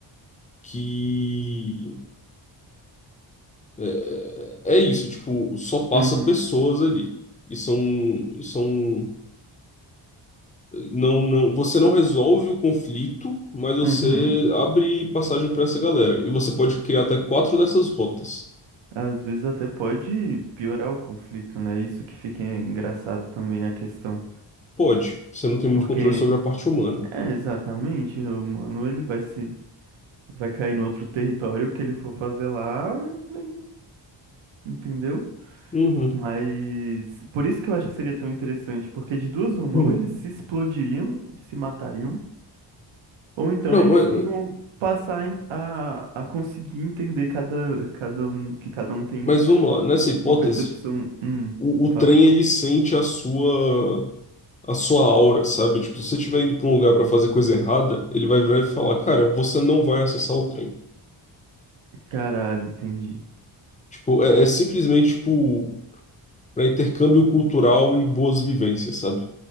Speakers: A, on the left; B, on the right.
A: que é, é isso, tipo, só passa
B: Uhum,
A: pessoas ali. E são, são Não, não, você não resolve o conflito, mas você
B: uhum.
A: abre passagem para essa galera. E você pode criar até quatro dessas rotas.
B: Às vezes até pode piorar o conflito, né? Isso que fica engraçado também a questão,
A: Pode. Você não tem muito
B: porque
A: controle sobre a parte humana.
B: é exatamente o humano ele vai se vai cair no outro território o que ele for fazer lá, não tem entendeu?
A: Uhum.
B: Mas por isso que eu acho que seria tão interessante, porque de duas uma,
A: Uhum.
B: ou eles se explodiriam, se matariam, ou então
A: Não,
B: eles
A: mas,
B: iam passar a, a a conseguir entender cada, cada um, que cada um tem
A: mas vamos lá. Nessa hipótese,
B: uma percepção. Hum,
A: o, o
B: fala,
A: trem
B: fala.
A: ele sente a sua a sua aura, sabe? Tipo, se você estiver indo para um lugar para fazer coisa errada, ele vai virar e falar, cara, você não vai acessar o trem.
B: Caralho, entendi.
A: Tipo, é, é simplesmente tipo para intercâmbio cultural e boas vivências, sabe?